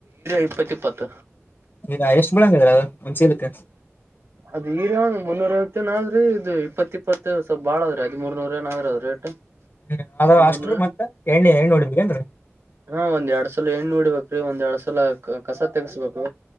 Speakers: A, on the right; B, on the left.
A: ಇಪ್ಪಾತ್ ಏಪತ್
B: ಇಲ್ಲಾ ಎಷ್ಟು ಬಳಂಗದರಾ ಅದು ಒಂದ್ ಚೀಲಕ್ಕ
A: ಅದ ಈರಾವ ಮುನ್ನೂರವತ್ತು ಇನಾದ್ರೀ ಇದು ಇಪ್ಪತ್ತ ಇಪ್ಪತ್ತು ಸ್ವಲ್ಪಾಳದ್ರೀ ಹದಿಮೂರ್ನೂರ ಏನಾದ್ ಅದ್ ರೇಟ್
B: ಹ್ಮ ಅದ
A: ಹದಿಮೂರ್ನ
B: ಅಷ್ಟ್ರ ಮತ್ತತ್ ಎಣ್ಣೆ ಎಣ್ಣ ನೋಡ್ಬೇಕೇಏನ್ರರಿ
A: ಹಾ ಒಂದ್ ಎರಡ್ ಸಲ ಎಣ್ಣು ಉಡಿಡ್ಬೇಕ್ರೀ ಒಂದ್ ಎರಡ್ ಸಲ ಕಸ ತಗಸ್ಬೇಕು